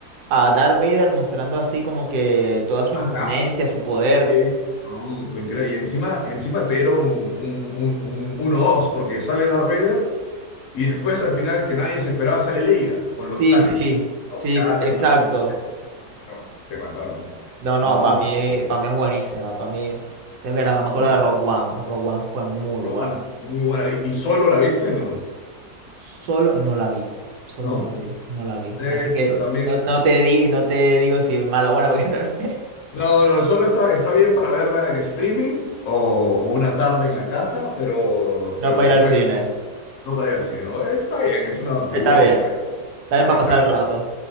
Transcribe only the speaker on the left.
Ah,
claro.
Sí. No, fue increíble. Y encima, encima te dieron un, un, un, un 1-2 porque sale Darth Vader y después al final que nadie se esperaba sale Leia con los
planes.
Ya
te mataron. No, Te mataron.
No,
fue
Ro-
Rowan, muy buena. ¿Y, y solo la viste? No.
¿No?
Es-
también.
No, no, solo está, está bien para verla en streaming o, o una tarde en la casa, pero,
pero
no
es no para ir al cine, ¿no? Está bien, es una película
que
está bien.
Está,
está
bien.